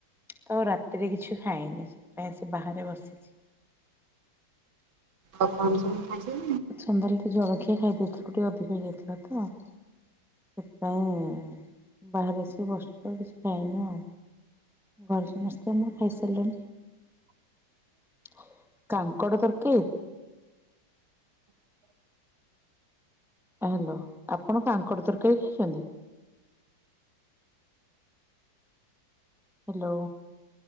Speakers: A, in the centre; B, on the right (about 75°).
A: ତ ରାତିରେ କିଛି ଖାଏନି। ସେଥିପାଇଁ ବାହାରେ ବସିଛି।
B: ଆଉ କଣ ସବୁ ଖାଇଛ।
A: ସନ୍ଧ୍ୟାବେଳେ ଟିକେ ଜଳଖିଆ ଖାଇ ଦେଇଥିଲୁ ଟିକେ ଅଧିକ ହେଇଯାଇଥିଲା ତ, ସେଥିପାଇଁ ବାହାରେ ଆସିକି ବସିଛୁ କିଛି ଖାଇନି ଆଉ। ଘରେ ସମସ୍ତେ ଆମର ଖାଇସାରିଲେଣିି। କାଙ୍କଡ ତରକାରୀ? ହ୍ୟାଲୋ, ଆପଣ କାଙ୍କଡ ତରକାରୀ ଖାଇଛନ୍ତି? ହ୍ୟାଲୋ